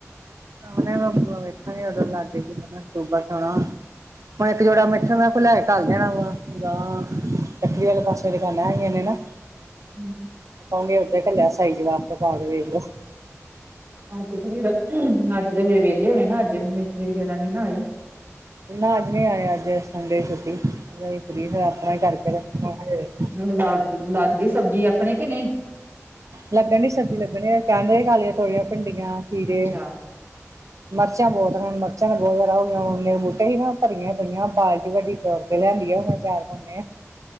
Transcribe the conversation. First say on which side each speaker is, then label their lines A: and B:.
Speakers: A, on the right; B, on the right.
A: ਆ ਮੈਂ ਬ ਵੇਖਣ ਉਦੋਂ ਲੱਗ ਗਈ ਸੀ ਮ ਸੂਬਾ ਸੋਣਾ। ਹੁਣ ਇੱਕ ਜੋੜਾ ਮਿੱਠਣ ਦਾ ਫੁ ਲੈ ਕੇ ਘੱਲ ਦੇਣਾ ਹੁਣ, ਜਾਵਾਂ। ਲੱਕਰੀ ਵਾਲੇ ਪਾਸੇ ਦੁਕਾਨਾਂ ਹੈਗੀਆਂ ਨੇ ਨਾ,
B: ਹੂੰ।
A: ਪਾਉਗੇ ਉਓਧੇ <unintelligible> ਇਕੱਲਿਆ ਸਾਈ ਜ ਲ ਤੇ ਪਾ ਕੇ ਵੇਖ ਲੋ
B: ਅੱਜ ਤੇ ਫਰ ਰਖ ਤੀ ਅੱਜ ਦੇ ਫੇਰ ਵਿਹਲੇ ਹੋਣੇ ਨਾ ਅੱਜ ਮਿਸਤਰੀ ਵਗੈਰਾ ਨੀ ਨਾ ਆਏ,
A: ਨਾ ਅੱਜ ਨੀ ਆਏ ਅੱਜ ਸੰਡੇ ਦੀ ਛੁੱਟੀ ਫਰੀ ਫ ਤਾਂ ਹੀ ਕਰਕੇ ਤੇ ਫੇਰ,
B: ਨਾ। ਲੱਗਦੀ ਸਬਜ਼ੀ ਆਪਣੇ ਕਿ ਨਹੀਂ?
A: ਲੱਗਣ ਡ ਸਬਜੀ ਲੱਗਣ ਡੀ ਅਸੀਂ ਤਾਂ ਆਪ ਉਹੀ ਖਾ ਲਈ ਦੀ ਥੋੜੇਆਂ ਭਿੰਡੀਆਂ, ਖੀਰੇ।
B: ਅੱਛਾ
A: ਮਿਰਚਾਂ ਬਹੁਤ ਨੇ, ਮਿਰਚਾਂ ਬਹੁਤ ਜ਼ਿਆਦਾ ਹੋਨੇ ਬੂਟੇ ਹੀ ਨਾ ਭਰੀਆਂ ਪਈਆਂ ਬਾਲਟੀ ਇੱਕ ਵੱਡੀ ਹੋਰ। ਲਿਆਂਦੀਆਂ ਹੁਣੇ ਅਚਾਰ ਪਾਉਂਦੇ ਆ।